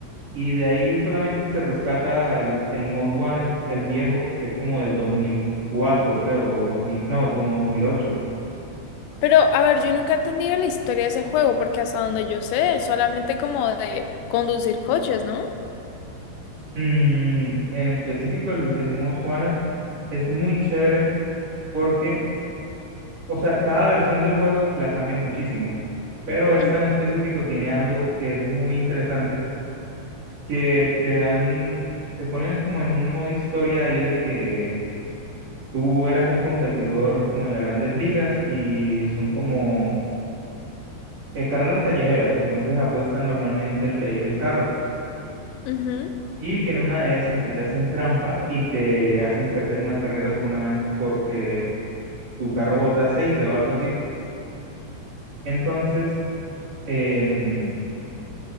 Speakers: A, on the right; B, on the left.
A: Y de ahí solamente se rescata el, el Most Wanted, el viejo, que es como del 2004, creo, o 2000, no, como 2008.
B: Pero, a ver, yo nunca he entendido la historia de ese juego porque hasta donde yo sé, es solamente como de conducir coches, ¿no?
A: Mm, en específico, el, el Most Wanted es muy chévere porque, o sea, cada versión del juego la cambia muchísimo, pero esta
B: Mm,
A: en específico tiene algo que es muy interesante que te dan, te ponen como en un modo historia ahí de que tú eras un competidor como en las grandes ligas y son como eh, carreras callejeras, entonces apuesta normalmente el, ve- el carro
B: ujú.
A: y que en una de esas a ti te hacen trampa y te hacen perder una carrera por una mancha porque tu carro bota aceite o algo así. Entonces, em,